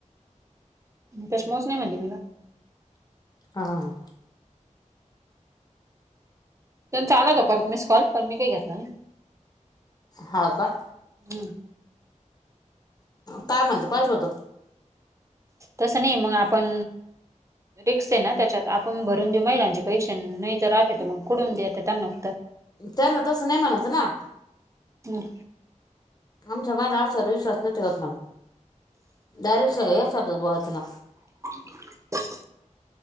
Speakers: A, on the right; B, on the left.
A: कशमोस नाही म्हणली मीन.
B: हाव.
A: त्यांचा आला होता परत मीस कॉल पण मी काही घेतला नाही.
B: हाका.
A: नाही.
B: काय म्हणतं पाहिजे होत.
A: तसं नाही मग आपण रिक्स आहे ना त्याच्यात, आपण भरून देऊ महिलांचे पैसे नाही जर आले तर मग कुठून द्यायचं त्यांना उत्तर?
B: त्यांना तसं नाही म्हणायचं ना?
A: हम.
B: आमच्या मायला सर्विस <unintelligible> ठेवत म्हन डायरेक्ट या शब्दात बोलायचं ना?
A: ब <inaudible>